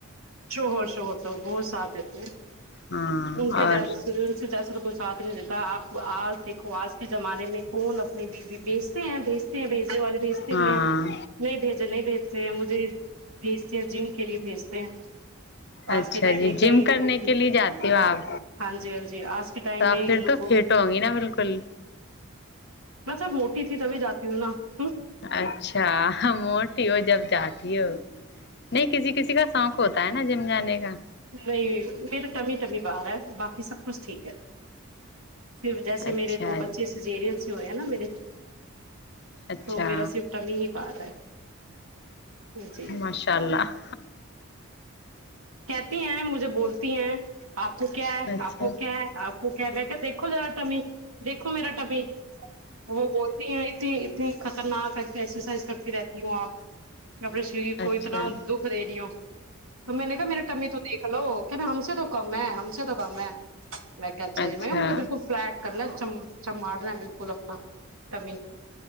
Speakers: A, on the right; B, on the left.
A: شہور شہور تو بہت سابت اچھ
B: ہاں
A: ان کے
B: اور
A: جاز ان سے جاسر کچ ساتھ نہیں دیتا آپ آج دیکھو آج کے زمانے میں کون نہیں بی بھیجتے ہیں بھیجنے والے بھیجتے
B: ہاں
A: بھی ہیں نہیں بھیجے نہیں بھیجتے ہیں مجھے بھیجتے ہیں جم کے لیے بھیجتے ہیں آج
B: اچھا
A: کے ٹائم
B: جی
A: میں کئی
B: جم
A: لوگوں
B: کرنے
A: کے
B: لیے جاتی ہو آپ
A: ہاں جی ہاں جی آج کے ٹائم
B: تو آپ
A: میں
B: پھر
A: یہ لوگوں
B: تو فٹ
A: کی
B: ہوں گی نا بالکل
A: میںط سب موٹی تھی تبھی جاتی پ نا
B: اچھا موٹی ہو جب جات نہیں کسی کسی کا سانخ ہوتا ہے نا جم جانے کا
A: نہیں میرا ٹمی ٹمی باہار ہے باقی سب کچھ ٹھیک ہے پھر جیسے
B: اچھا
A: میرے دو بچے سجیریل سے ہوئے ہیں نا میرے ب
B: اچھا
A: تو میرا صرف کمی ہی بات ہے جی
B: ماشاء اللہ
A: کہتی ہیں مجھے بولتی ہیں آپ کو کیا ہے
B: اچھا
A: آپ کو کیا ہے آپ ٹھیک ہے میں کہ دیکھو دا ٹمی دیکھو میرا ٹپی وہ بولتی ہیں اتنی اتنی خطرناک ایکسرسائز کرتی رہتی ہوں آپ اپنے شریر کو
B: اچھا
A: اتنا دکھ دے دی ہو تو میں نے کہ کمی تو دیکھ لو کیا نا ہم سے تو کم ہے ہم سے تو کم ہے میں کہ اچھای
B: اچھا
A: مھے بالک فلٹ کرناچ س سماالنا بالکل اپنا کمی